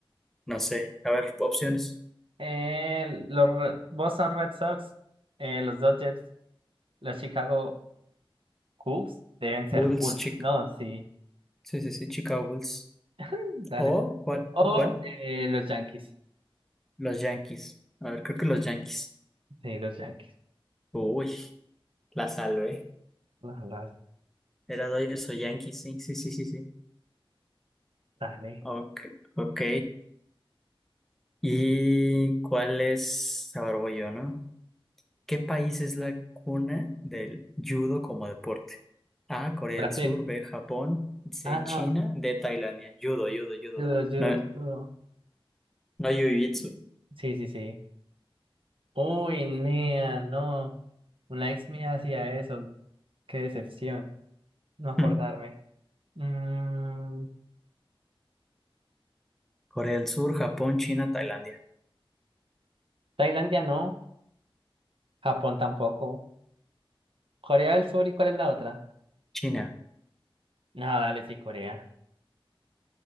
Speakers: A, in the centre; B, on the right (about 65°).
A: No sé. A ver, opciones.
B: Eh, los Re- Boston Red Sox, eh, los Dodgers, los Chicago Cubs deben ser
A: Bulls,
B: Bulls.
A: chic.
B: No, sí.
A: Sí, sí, sí, Chicago Bulls.
B: <laughs> Dale.
A: ¿O cuál?
B: O
A: ¿O cuál?
B: eh, los Yankees.
A: Los Yankees. A ver, creo que los Yankees.
B: Sí, los Yankees.
A: Uy, la salvé.
B: Las, las-
A: Era Dodgers o Yankees, sí, sí, sí, sí, sí.
B: dale.
A: Ok, ok. ¿Y cuál es? A ver, voy yo, ¿no? ¿Qué país es la cuna del judo como deporte? A, Corea
B: Brasil.
A: del Sur, B, Japón, C,
B: Ah,
A: China, D, Tailandia. Judo, judo, judo.
B: judo, judo,
A: No,
B: judo.
A: no jiu-jitsu.
B: Sí, sí, sí. Uy, nea, no. Una ex mía hacía eso. Qué decepción. No acordarme.
A: Hmm.
B: Mm,
A: Corea del Sur, Japón, China, Tailandia.
B: Tailandia no, Japón tampoco. Corea del Sur, ¿y cuál es la otra?
A: China.
B: No, dale, sí, Corea.